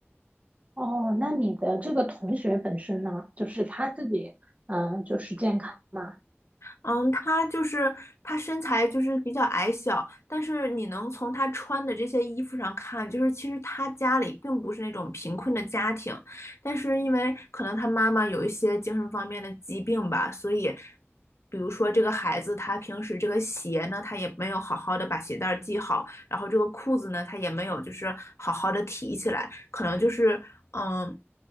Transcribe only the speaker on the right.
哦，那你的这个同学本身呢，就是他自己，嗯、就是健康嘛。